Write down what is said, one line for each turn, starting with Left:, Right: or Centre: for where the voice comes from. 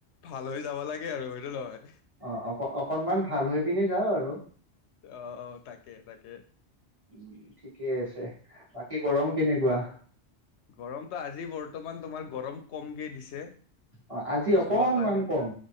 Left: ভাল হৈ যাব লাগে আৰু সেইটো নহয়
Right: অ অক অকনমান ভাল হৈ পিি যাওঁ আৰু
Left: অ তাকে তাকে
Right: উম ঠিকে আছে বাকী গৰম কেনেকুৱা
Left: গৰমতটো আজি বৰ্তমান তোমাৰ গৰম কমকে দিছে
Right: অ আজি অকনমান
Left: দুৱ কালে
Right: কম